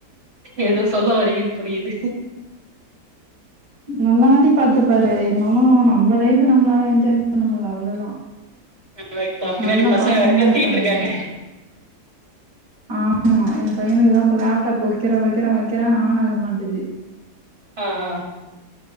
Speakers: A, on the right (about 35°); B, on the right (about 85°).
A: ஏதோ சொல்ல வரிங்கன் புரியுது
B: நல்லா தாண்டி பாத்துப்பாரு இருந்தாலு நம்ம லைஃப நம்ளால என்ஜாய் பண்ண முடியல அவ்ளோதா
A: ஓகேப்பா, பின்னாடி
B: நல்லா
A: பசங்க
B: பாசமா
A: வேற கத்திட்டு
B: இருப்பாரு
A: இருக்காங்க
B: எ மேல ஆமா எ பையனுக்கு தா இப்ப லேப்டாப் வைக்கிற வைக்கிற வைக்கிற ஆன் ஆக மாட்டுது
A: ஆ ஆ